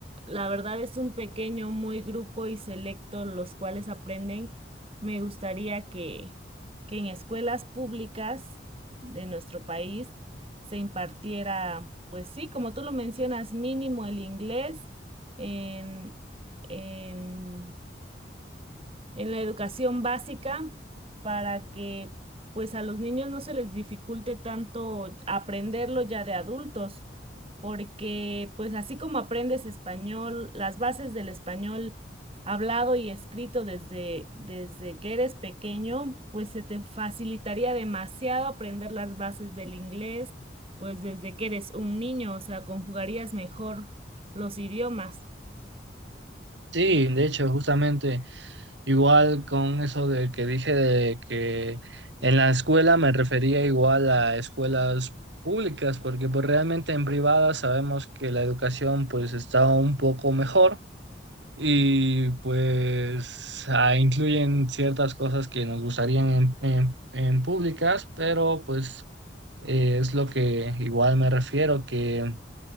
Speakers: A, on the right; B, on the right.
A: la verdad es un pequeño, muy grupo y selecto los cuales aprenden. Me gustaría que, que en escuelas públicas de nuestro país se impartiera, pues sí, como tú lo mencionas, mínimo el inglés en, en en la educación básica para que pues a los niños no se les dificulte tanto aprenderlo ya de adultos, porque pues así como aprendes español, las bases del español hablado y escrito desde, desde que eres pequeño, pues se te facilitaría demasiado aprender las bases del inglés, pues desde que eres un niño, o sea, conjugarías mejor los idiomas.
B: Sí, de hecho, justamente igual con eso de que dije de que en la escuela me refería igual a escuelas públicas, porque pues realmente en privadas sabemos que la educación pues está un poco mejor y pues ah, incluyen ciertas cosas que nos gustarían en, en- en públicas, pero pues eh, es lo que igual me refiero, que,